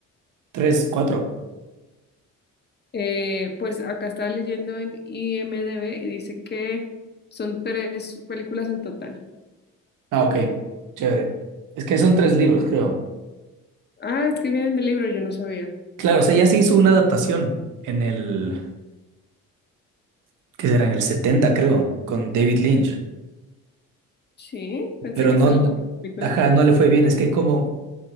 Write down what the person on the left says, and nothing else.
Eh, pues acá estaba leyendo en IMDb y dice que son tres películas en total.
Ah, es que vienen del libro, yo no sabía.
Sí, pensé
que
esta
era la película.